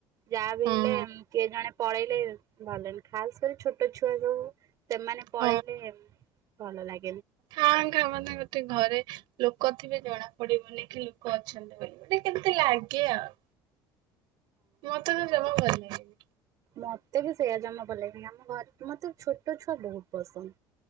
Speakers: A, on the right; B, on the right.
A: ଯାହା ବି
B: ହଁ
A: ହେଲେ
B: ହଁ
A: ଅମ୍ କିଏ ଜଣେ ପଳେଇଲେ ଭଲ ଖାସ୍ କରି ଛୋଟ ଛୁଆ ସବୁ ସେମାନେ ପଳେଇଲେ
B: ହଁ
A: ଭଲ ଲାଗେ
B: ହଁ ତା ମାନେ ଗୋଟେ ଘରେ- ଯଉ କଥା ବି ଜଣା ପଡିବନି କି ଲୋକ ଅଛନ୍ତି ବୋଲି ଗୋଟେ କେମତି ଲାଗେ ଆଉ। ମୋତେ ତ ଜମା ଭଲ ଲାଗେନି।
A: ମୋତେ ବି ସେଇୟା ଜମା ଭଲ ଲାଗେନି ଆମ ଘରେ ମୋତେ ଛୋଟ ଛୁଆ ବହୁତ ପସନ୍ଦ।